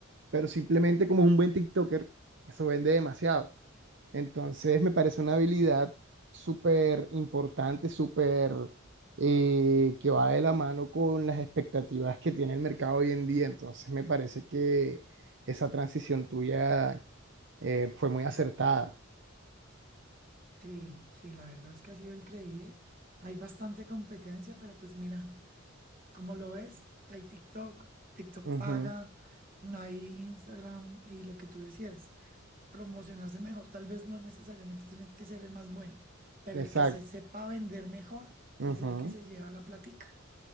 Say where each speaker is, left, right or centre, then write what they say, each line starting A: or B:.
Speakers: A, on the right; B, on the right.
A: pero simplemente como es un buen TikToker, eso vende demasiado. Entonces me parece una habilidad súper importante, súper eh, que va de la mano con las expectativas que tiene el mercado hoy en día. Entonces me parece que esa transición tuya eh, fue muy acertada.
B: Sí, sí, la verdad es que ha sido increíble. Hay bastante competencia, pero pues mira, como lo ves, hay TikTok, TikTok
A: Ujú,
B: paga, hay Instagram y lo que tú decías, promocionarse mejor, tal vez no necesariamente tienes que ser el más bueno, pero
A: Exacto.
B: el que se sepa vender mejor
A: Ujú.
B: es el que se lleva la platica.